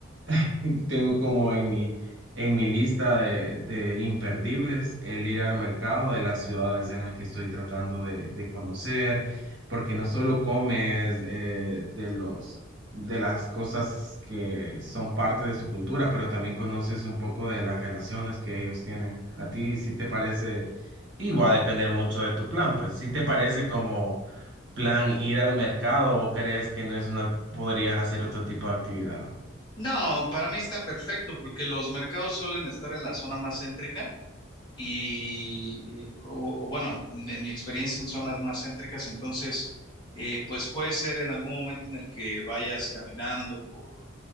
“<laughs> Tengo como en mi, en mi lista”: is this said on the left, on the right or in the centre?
Right